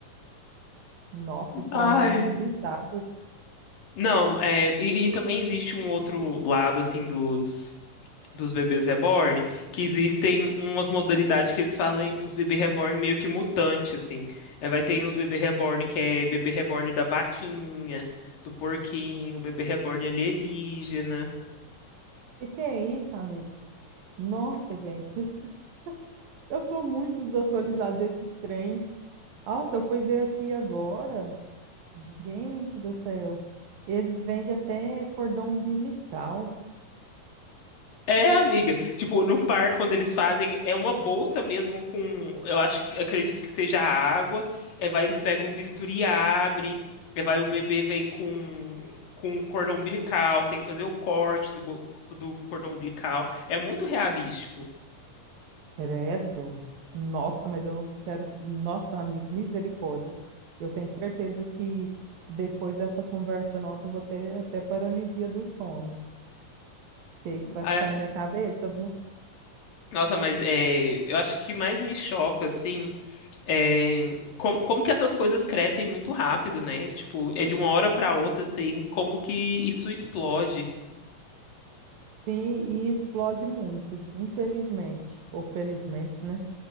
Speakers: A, on the right; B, on the left.
A: Nossa, isso
B: Ai,
A: pra mim é muito bizarro.
B: não, é, e, e também existe um outro lado assim dos dos bebês reborn, que existem umas modalidades que eles fazem os bebês reborn meio que mutante, assim. É, vai ter uns bebê reborn que é bebê reborn da vaquinha, do porquinho, bebê reborn alienígena.
A: Que que é isso, amigo? Nossa,
B: <laughs>
A: gente, <laughs> eu tô muito desatualizada desses trem. Nossa, eu fui ver aqui agora. Gente do céu. Eles vendem até cordão umbilical.
B: É, amiga. Tipo, no parto, quando eles fazem, é uma bolsa mesmo com, eu acho que, acredito que seja água. É, vai, eles pegam um bisturi, e abrem. É, vai, o bebê vem com com cordão umbilical, tem que fazer o corte do, bo- do cordão umbilical. É muito realístico.
A: Credo. Nossa, mas eu não quero. Nossa, amigo, misericórdia. Eu tenho certeza que depois dessa conversa nossa, eu vou ter até paralisia do sono. Que isso vai
B: Ah,
A: ficar na minha cabeça, viu?
B: nossa, mas é, eu acho que o que mais me choca, assim, é como, como que essas coisas crescem muito rápido, né? Tipo, é de uma hora para outra, assim, como que isso explode.
A: Sim, e explode muito, infelizmente. Ou felizmente, né?